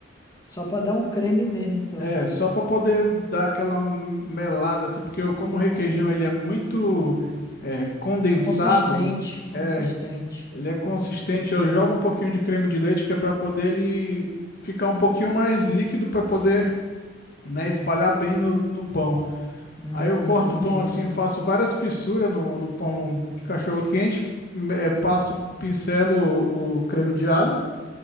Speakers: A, on the left; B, on the left.
A: Só pra dar um creme mesmo, então.
B: É, só para poder dar aquela melada, assim, porque eu, como o requeijão ele é muito é, condensado,
A: Consistente, consistente.
B: é. Ele é consistente. Eu jogo um pouquinho de creme de leite que é para poder ele ficar um pouquinho mais líquido para poder, né, espalhar bem no, no pão.
A: Hum,
B: Aí eu corto
A: entendi.
B: o pão assim, eu faço várias fissuras no, no pão de cachorro quente, me- eh, passo, pincelo o, o creme de alho